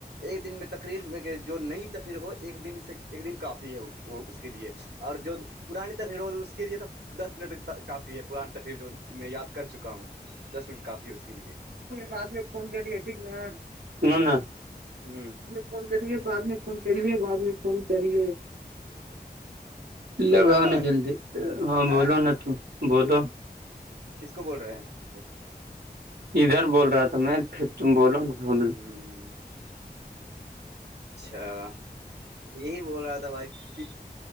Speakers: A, on the right (about 85°); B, on the right (about 70°).
A: ایک دن میں تقریر میں کہ جو نئی تقریر ہو ایک دن سے ایک دن کافی ہے وہ اس کے لئے اور جو پرانی تقریر ہوتی اس کے لیے تو دس منٹ کافی ہے پرانی تقریر جو میں یاد کر چکا ہوں دس منٹ کافی ہے اس کے لیے
B: بعد میں فون کری ہے ٹھیک نا
A: ہوں
B: فون کرے بعد میں فون کرے بد میں فون کرے
A: سننا
B: لگاؤ
A: بھائی
B: ن جلدی ہاں بولو
A: ا
B: نا تو بولو
A: کس کو بول رہے ہیں وہ
B: ادھر بول رہا تھا میں پھر تم بولو نحمدلہ
A: ہوں اچھا یہی بول رہا تھا بھائی کہ